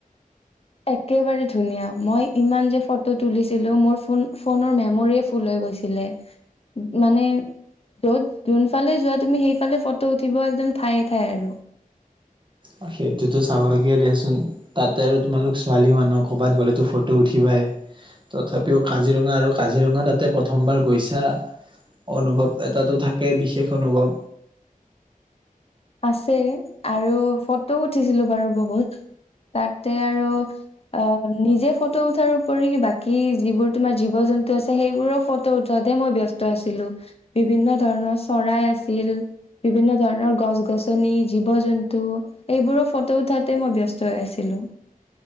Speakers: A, on the left; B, on the right.
A: একেবাৰে ধুনীয়া, মই ইমান যে ফটো তুলিছিলো মোৰ ফোন ফোনৰ মেমৰিয়ে ফুল হৈ গৈছ ছিলে মানে য'ত যোনফালে যোৱা তুমি সেইফালে ফটো উঠিব একদম ঠায়ে ঠাই আৰু।
B: অ সেইটোতো স্বাভাৱিকে দিয়াচোন। তাতে আৰু তোমালোক ছোৱালী মানুহ ক'বাত গ'লেতো ফটো উঠিবাই। তথাপিও কাজিৰঙা আৰু কাজিৰঙা তাতে প্ৰথমবাৰ গৈছা। অনুভৱ এটাটো থাকেই বিশেষ অনুভৱ।
A: আছে আৰু ফটো উঠিছিলো বাৰু বহুত তাতে আৰু, আ নিজে ফটো উঠাৰ উপৰিও বাকী যিবোৰ তোমাৰ জীৱ জন্তু আছে সেইবোৰৰ ফ টো উঠোৱাতে মই ব্যস্ত আছিলো। বিভিন্ন ধৰণৰ চৰাই আছিল বিভিন্ন ধৰণৰ গছ গছনি জীৱ জন্তু এইবোৰৰ ফটো উঠোৱাতে মই ব্যস্ত হৈ আছিলো।